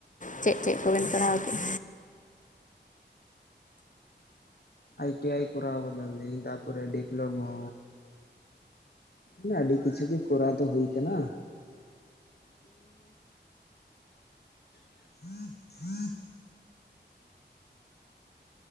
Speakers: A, on the left; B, on the left.
A: ᱪᱮᱫ ᱪᱮᱫ ᱠᱚᱵᱮᱱ ᱯᱟᱲᱦᱟᱣ ᱠᱮᱫ-ᱟ
B: ᱟᱭ ᱴᱤ ᱟᱭ ᱠᱚᱨᱟᱣ ᱟᱠᱟᱫᱟᱞᱤᱧ ᱛᱟᱨᱯᱚᱨᱮ ᱰᱤᱯᱞᱳᱢᱟ ᱢᱟᱱᱮ ᱟᱹᱰᱤ ᱠᱤᱪᱷᱩ ᱜᱮ ᱠᱚᱨᱟᱣ ᱫᱚ ᱦᱩᱭ ᱠᱟᱱᱟ᱾ <inaudible>